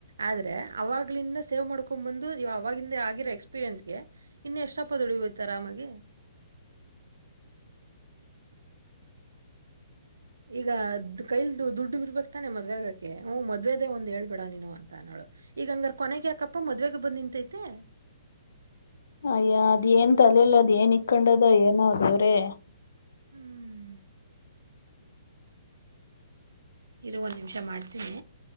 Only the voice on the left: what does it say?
ಅಯ್ಯ ಅದ್ ಏನ್ ತಲೆಲ್ಲ ಅದ್ ಏನ್ ಇಕ್ಕೊಂಡದ ಏನ ದೇವರೇ